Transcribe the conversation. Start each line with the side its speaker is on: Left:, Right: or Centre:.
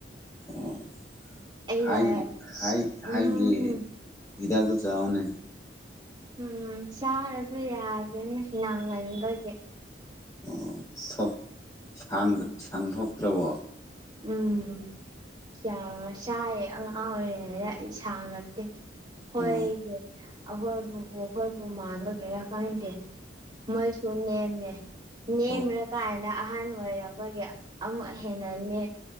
Left: ꯎꯝ
Right: ꯑꯩꯅ
Left: ꯍꯥꯏ ꯍꯥꯏ ꯍꯥꯏꯒꯦ
Right: ꯎꯝ
Left: ꯍꯤꯗꯥꯛꯇꯣ ꯆꯥꯑꯣꯅꯦ
Right: ꯎꯝ ꯆꯥꯔꯁꯨ ꯌꯥꯒꯦꯅꯦ ꯅꯥꯥꯡꯒꯟꯕꯒꯤ
Left: ꯑꯣ ꯊꯣꯛ ꯁꯥꯡ
Right: ꯎꯝ
Left: ꯁꯥꯡꯊꯣꯛꯇ꯭ꯔꯕꯣ
Right: ꯎꯝ ꯌꯥ ꯆꯌꯦ ꯑꯉꯥꯡ ꯑꯣꯏꯔꯤꯉꯩꯗ ꯑꯩ ꯁꯥꯡꯔꯛꯇꯦ ꯍꯣꯏꯒꯤ
Left: ꯑꯣ
Right: ꯑꯈꯣꯏ ꯄꯨꯄꯨꯈꯣꯏꯕꯨ ꯃꯥꯟꯕꯒꯤꯔ ꯈꯪꯇꯦ ꯃꯣꯏꯁꯨ ꯅꯦꯝꯃꯦ ꯅꯦꯝꯔꯀꯥꯟꯗ
Left: ꯑꯣ
Right: ꯑꯍꯟ ꯑꯣꯏꯔꯕꯄꯒꯦ ꯑꯃꯨꯛ ꯍꯦꯟꯅ ꯅꯦ